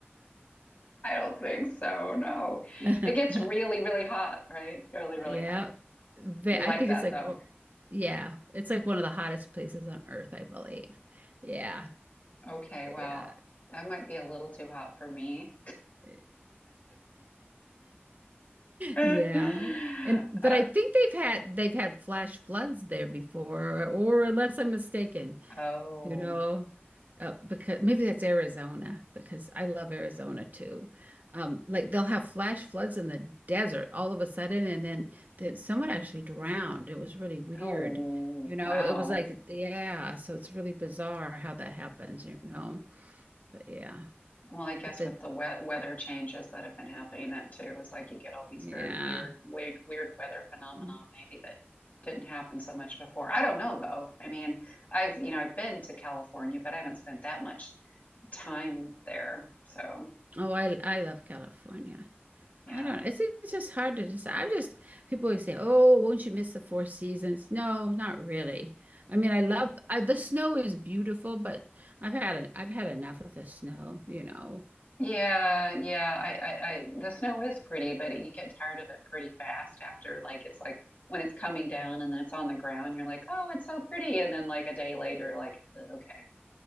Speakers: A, on the left (about 40°); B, on the right (about 40°).
A: I don't think so. No.
B: <laughs>
A: It gets really, really hot, right? Really,
B: Yeah.
A: really hot.
B: Ve-
A: You
B: I
A: like
B: think
A: that
B: it's like
A: though.
B: well, yeah, it's like one of the hottest places on earth, I believe. Yeah,
A: Okay, wow.
B: yeah.
A: That might be a little too hot for me.
B: <laughs>
A: <laughs>
B: Yeah. And but
A: Uh,
B: I think they've had they've had flash floods there before, or unless I'm mistaken.
A: oh.
B: you know, uh, because maybe that's Arizona because I love Arizona too. Um, like they'll have flash floods in the desert all of a sudden, and then then someone actually drowned. It was really weird,
A: Oh,
B: you know.
A: wow.
B: It was like, yeah, so it's really bizarre how that happens, you know. But yeah,
A: Well, I guess
B: but the
A: with the we weather changes that have been happening, that too is like you get all these
B: yeah.
A: very weird, weird, weird weather phenomena
B: Mm.
A: maybe that didn't happen so much before. I don't know though. I mean, I've, you know, I've been to California, but I haven't spent that much time there. So.
B: Oh, I I love California.
A: Yeah.
B: I don't know. It's, it's just hard to decide. I'm just, people always say, "Oh, won't you miss the four seasons?" No, not really. I mean, I love I, the snow is beautiful, but I've had an, I've had enough of the snow, you know.
A: Yeah, yeah. I, I, I, the snow is pretty, but it, you get tired of it pretty fast after. Like, it's like when it's coming down and then it's on the ground, you're like, oh, it's so pretty. And then, like, a day later, you're like, okay.